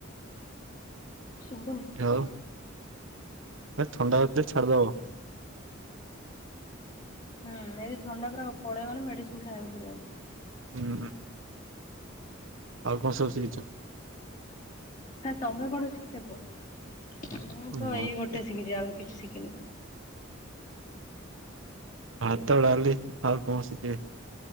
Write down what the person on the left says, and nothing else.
ଶୁବୁନି।
ହୁଁ ଏଦି ଥଣ୍ଡା ପୁରାକୁ ପଳେଇ ମାନେ ମେଡିସିନ ଖାଇବାକୁ ପଡିବନି।
ତମେ କଣସି କିଛି କୁହ ମୁଁ
ତ ଏଇ ଗୋଟେ ଶିଖିଛି ଆଉ କିଛି ଶିଖିନି।